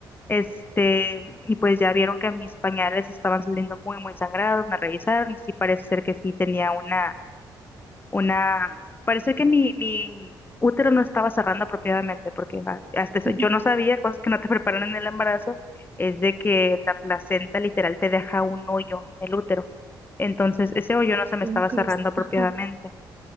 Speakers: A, on the left (about 25°); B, on the right (about 35°).
A: este, y pues ya vieron que mis pañales estaban saliendo muy, muy sangrados, me revisaron, y sí parece ser que sí tenía una, una, parece que mi, mi útero no estaba cerrando apropiadamente, porque a- hasta eso,
B: Ujú,
A: yo no sabía, cosas que no te <laughs> preparan en el embarazo, es de que la placenta literal te deja un hoyo en el útero. Entonces, ese hoyo no se me
B: ¿Cómo
A: estaba
B: crees?
A: cerrando apropiadamente.
B: Ajá.